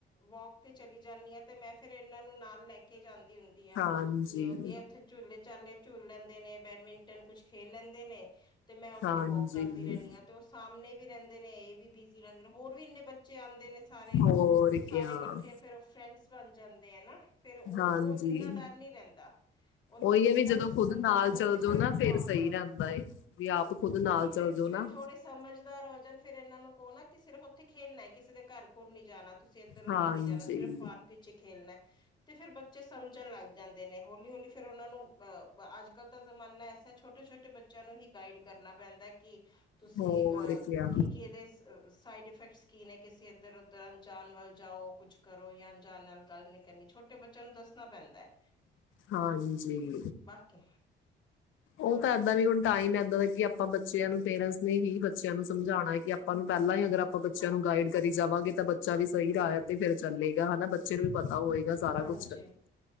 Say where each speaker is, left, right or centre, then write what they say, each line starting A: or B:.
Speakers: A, on the left (about 25°); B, on the left (about 80°).
A: ਵੋਕ ਤੇ ਚਲੀ ਜਾਂਦੀ ਹਾਂ ਤੇ ਮੈਂ ਫਿਰ ਇਹਨਾਂ ਨੂੰ ਨਾਲ ਲੈ ਕੇ ਕੇ ਜਾਂਦੀ ਦੀ ਹੁੰਦੀ ਆ,
B: ਹਾਂਜੀ
A: ਕਿ ਉਹ ਇਹ ਉੱਥੇ ਝੂਲੇ ਚਾਲੇ ਝੂਲ ਲੈਂਦੇ ਨੇ। ਬੈਡਮਿੰਟਨ ਕੁਛ ਖੇਲ ਲੈਂਦੇ ਨੇ। ਤੇ ਮੈਂ ਉੱਥੇ
B: ਹਾਂਜੀ
A: ਵੋਕ ਕਰਦੀ ਰਹਿੰਨੀ ਆਂ, ਤੇ ਉਹ ਸਾਹਮਣੇ ਵੀ ਰਹਿੰਦੇ ਨੇ ਇਹ ਵੀ ਬਿ ਰਹਿੰਦੇ ਹੋਰ ਵੀ ਇੰਨੇ ਬੱਚੇ ਆਉਂਦੇ ਨੇ ਸਾਰੇ,
B: ਹੋਰ
A: ਤੇ ਸਾਰੇ
B: ਕਿਆ
A: ਇਕੱਠੇ ਫੇਰ ਫਰੈਂਡ ਸ ਬਣ ਜਾਂਦੇ ਹੈ ਨਾ। ਫਿਰ ਉਹ
B: ਹਾਂਜੀ
A: ਉਹ ਇੰਨਾ ਡਰ ਨੀ ਰਹਿੰਦਾ, ਉਹ
B: ਉਹੀ
A: ਇਹਨਾਂ
B: ਹੈ ਵੀ ਜਦੋਂ
A: ਨੂੰ ਸਮਝਾ
B: ਖੁਦ ਨਾਲ
A: ਦੋ
B: ਚੱਲ
A: ਨਾ ਵੀ ਸਿਰਫ,
B: ਜਾਓ ਫਿਰ
A: ਹਾਂ
B: ਸਹੀ ਰਹਿੰਦਾ ਏ ਵੀ ਆਪ ਖੁਦ ਨਾਲ
A: ਨਹੀਂ
B: ਚੱਲ
A: ਫਿਰ
B: ਜਾਓ
A: ਜਿਵੇਂ
B: ਨਾ
A: ਥੋੜੇ ਸਮਝਦਾਰ ਹੋ ਜਾਣ ਫਿਰ ਇਹਨਾਂ ਨੂੰ ਕਹੋ ਨਾ ਸਿਰਫ਼ ਉੱਥੇ ਖੇਲਣਾ, ਕਿਸੇ ਦੇ ਘਰ ਕੁਰ ਨਹੀਂ ਜਾਣਾ। ਤੁਸੀਂ ਇੱਧਰ ਉੱਧਰ
B: ਹਾਂਜੀ
A: ਨੀ ਜਾਣਾ, ਸਿਰਫ ਪਾਰਕ ਵਿੱਚ ਹੀ ਖੇਲਣਾ ਹੇ। ਤੇ ਫੇਰ ਬੱਚੇ ਸਮਝਣ ਲੱਗ ਜਾਂਦੇ ਨੇ ਹੌਲੀ-ਹੌਲੀ ਫਿਰ ਉਹਨਾਂ ਨੂੰ ਅ ਅੱਜ ਕੱਲ੍ਹ ਤਾਂ ਜ਼ਮਾਨਾ ਐਸਾ ਛੋਟੇ-ਛੋਟੇ ਬੱਚਿਆਂ ਨੂੰ ਹੀ ਗਾਈਡ ਕਰਨਾ ਪੈਂਦਾ ਕਿ ਤੁਸੀਂ
B: ਹੋਰ
A: ਅਹ
B: ਕਿਆ
A: ਕੀ-ਕੀ ਇਹਦੇ ਸਾਈਡ ਇਫੈਕਟਸ ਕੀ ਨੇ? ਕਿਸੇ ਇੱਧਰ- ਉੱਧਰ ਅਣਜਾਨ ਵੱਲ ਜਾਓ, ਕੁਛ ਕਰੋ ਜਾਂ ਅਣਜਾਨ ਨਾਲ ਗੱਲ ਨਿਕ ਕਰਨੀ, ਛੋਟੇ ਬੱਚਿਆਂ ਨੂੰ ਦੱਸਣਾ ਪੈਂਦਾ ਹੈ,
B: ਹਾਂਜੀ
A: ਬਾਕੀ ਹਾਂ
B: ਉਹ ਤਾਂ ਏਦਾਂ ਵੀ ਹੁਣ ਟਾਈਮ ਐ। ਏਦਾਂ ਦਾ ਕਿ ਆਪਾਂ ਬੱਚਿਆਂ ਨੂੰ ਪੇਰੈਂਟਸ ਨੇ ਹੀ ਬੱਚਿਆਂ ਨੂੰ ਸਮਝਾਉਣਾ ਹੈ ਕਿ ਆਪਾਂ ਨੂੰ ਪਹਿਲਾਂ ਹੀ ਅਗਰ ਆਪਾਂ ਬੱਚਿਆਂ
A: ਹਾਂਜੀ
B: ਨੂੰ ਗਾਈਡ ਕਰੀ ਜਾਵਾਂਗੇ ਤਾਂ ਬੱਚਾ ਵੀ ਸਹੀ ਰਾਹ ਹੈ ਤੇ ਫੇਰ ਚੱਲੇਗਾ, ਹਨਾ ਬੱਚੇ ਨੂੰ ਵੀ ਪਤਾ ਹੋਏਗਾ। ਇਹ ਸਾਰਾ
A: ਹਾਂਜੀ
B: ਕੁਛ ਹ